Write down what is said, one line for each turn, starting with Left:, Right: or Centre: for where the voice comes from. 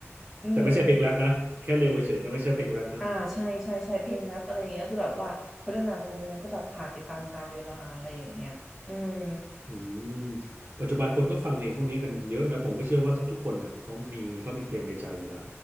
Centre: อืม
Right: แต่ไม่ใช่เพลงแรปนะแค่เร็วเฉยๆแต่ไม่ใช่เพลงแรปนะ
Centre: อ่าใช่ใช่ใช่เพลงแรปอะไรอย่างเงี้ยคือแบบว่าเขาเรื่องงานมันมันก็แบบผ่านไปตามกาลเวลาอะไรอย่างเงี้ยอืม
Right: อืมปัจจุบันคนก็ฟังเพลงพวกนี้กันเยอะแล้วผมก็เชื่อว่าทุกๆคนเนี่ยเขามีเขามีเพลงในใจอยู่แล้ว